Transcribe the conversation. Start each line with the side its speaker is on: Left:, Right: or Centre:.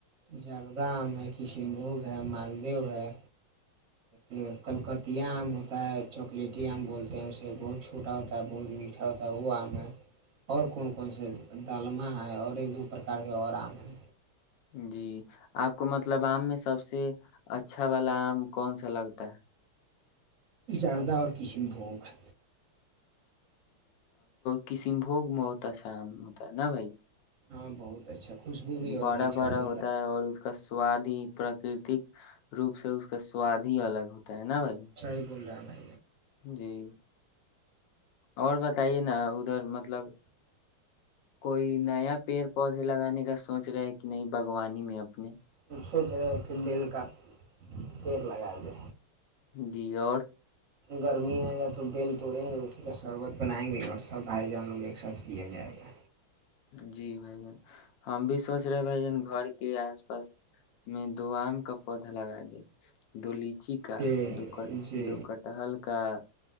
Right: زردہ آم ہے کشن بھوگ ہے مالدہ ہے ایک کلکتیا آم ہوتا ہے چاکلیٹی آم بولتے ہیں اسے بہت چھوٹا ہوتا ہے بہت میٹھا ہوتا ہے وہ آم ہے اور کون کون سے ڈالمہ ہے اور ایک دو پرکار کے اور آم ہیں
Left: جی آپ کو مطلب آم میں سب سے اچھا والا آم کون سا لگتا ہے
Right: جاردہ اور کسن بھ کر
Left: کسیم بھگ میں ہوتا شام ہوتا ہے نا بھائی
Right: ہاں بہت اچھا خوشبو بھی اور
Left: بڑا
Right: میٹھا
Left: بڑا
Right: بھی
Left: ہوتا ہے اور اس کا سواد کی پراکرتک روپ سے اس کا سواد ہی الگ ہوتا ہے نا بھائی
Right: صحیح بول رہے ہیں ہم
Left: جی اور بتائیے نا ادھر مطلب کوئی نیا پیڑ پودے لگانے کا سوچ رہے ہے کہ نہیں باگوانی میں اپنے
Right: جان سوچ رہے تھے بیل کا پیڑ لگا دے
Left: جی اور
Right: گرمی آئے گا تو بیل توڑیں گے اسی کا شربت بنائیں گے اور سب بھائی جان لوں کو ایک ساتھ پیا جائے گا
Left: جی بھائی جان ہم بھی سوچ رہے بھ جان گھر کے آس پاس میں دو آم کا پودا لگا دے دو لیچی کا
Right: جی
Left: دو کٹ
Right: جی
Left: دو کٹحل کا